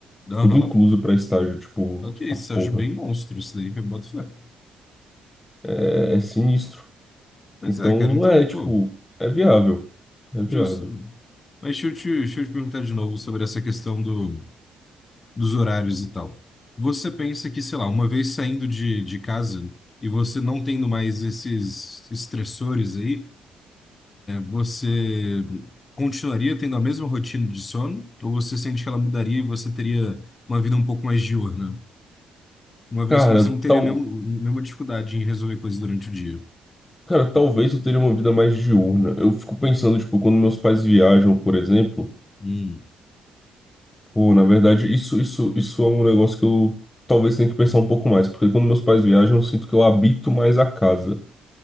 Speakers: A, on the left (about 30°); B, on the left (about 15°).
A: Aham.
B: Tudo incluso pra estágio, tipo,
A: Ok,
B: tá
A: estágio
B: porra.
A: bem monstro isso daí, eu boto fé.
B: É, é sinistro.
A: Mas
B: Então,
A: é, cara, então,
B: é, tipo,
A: pô,
B: é viável. É viável.
A: justo. Mas deixa eu te, deixa eu te perguntar de novo sobre essa questão do, dos horários e tal. Você pensa que, sei lá, uma vez saindo de, de casa e você não tendo mais esses estressores aí, Você continuaria tendo a mesma rotina de sono? Ou você sente que ela mudaria e você teria uma vida um pouco mais diurna? Uma vez
B: Cara,
A: que você não teria
B: tal,
A: nenhum- nenhuma dificuldade em resolver coisas durante o dia.
B: cara, talvez eu teria uma vida mais diurna. Eu fico pensando, tipo, quando meus pais viajam, por exemplo,
A: Hum,
B: pô, na verdade, isso, isso, isso é um negócio que eu talvez tenha que pensar um pouco mais, porque quando meus pais viajam, eu sinto que eu habito mais a casa.